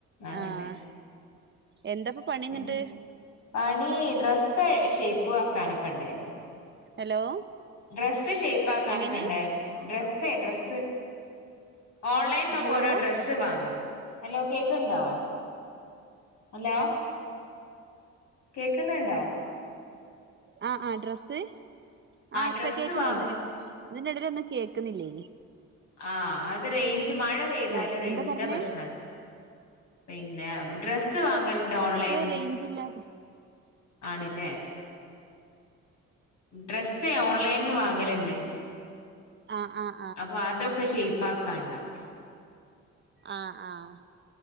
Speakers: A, on the left; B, on the right.
A: അതന്നെ
B: ആഹ് എന്താപ്പ പണിന്നിട്ട്
A: പിന്നെ പണി ഡ്രസ്സ് ഷേപ്പ് ആക്കാനൊക്കെ ണ്ടായിര്ന്നു
B: ഹലോ
A: ഡ്രസ്സ് ഷേപ് ആക്കാനൊക്കെ
B: എങ്ങനെ
A: ണ്ടേര്ന്നു ഡ്രസ്സേ ഡ്രസ്സ് ഓൺലൈൻ നോക്കോ
B: ഹലോ
A: ഓരോ ഡ്രസ് സ്സ് വാങ്ങു ഹലോ കേക്ക്ണ്ടോ ഹലോ കേക്ക്ന്ന്ണ്ടോ
B: ആഹ് ആഹ് ഡ്രസ്സ് ആ
A: ഡ്രസ്സ്
B: പ്പ കേൾക്ക്ന്ന്ണ്ട്
A: വാങ്ങും
B: ഇതിന്റെ എടെല് ഒന്നും കേക്ക്ന്നില്ലേനി.
A: ആഹ് അത് റേഞ്ച് മഴ പെയ്താല്
B: ആ
A: റേഞ്ചിന്റെ
B: എന്താ പറഞ്ഞേ
A: പ്രശ്നണ് പിന്നെ ഡ്രസ്സ് വാങ്ങൽണ്ട് ഓൺലൈൻ
B: റേയ്ഞ്ചില്ലാ
A: ആണ്ലെ ഡ്രസ്സെ ഓൺലൈൽന്ന് വാങ്ങല്ണ്ട്
B: ആഹ് അഹ്
A: അപ്പൊ അതൊക്കെ ഷേയ്പ് ആക്കാണ്ടാവും
B: ആഹ് ആഹ്